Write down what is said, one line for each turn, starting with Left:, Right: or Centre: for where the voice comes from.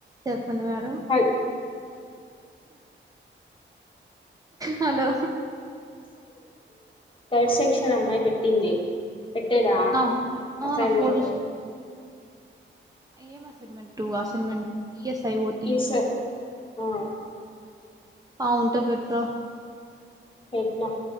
Right: చెప్ పండి మేడమ్
Left: హల్
Right: హలో
Left: థర్డ్ సెక్షన్ అమ్మాయి పెట్టింది పెట్టేదా
Right: నా ఆ
Left: అసైన్మెంట్
Right: నా ఫోటో ఏం అసైన్మెంట్ అసైన్మెంట్ ఈఎస్ఐ ఓటి
Left: ఈ సార్ ఆ
Right: ఆ ఉంటే పెట్ర
Left: పెట్నా